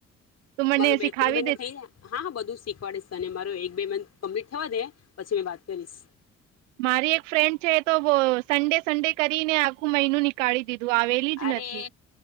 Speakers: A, on the right (about 75°); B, on the left (about 40°).
A: તું મને
B: મારું બે
A: શીખાવી
B: ત્રણ મહિને
A: દે
B: થઈ ગયા હા હા બધું શીખવાડીશ. તને મારો એક બે મંથ કમ્પ્લીટ થવા દે પછી મે વાત કરીશ.
A: મારી એક ફ્રેન્ડ છે તો સન્ડે સન્ડે કરીને આખું મહિનું નીકાળી દીધું. બુ આવેલી જ
B: અરે
A: નથી.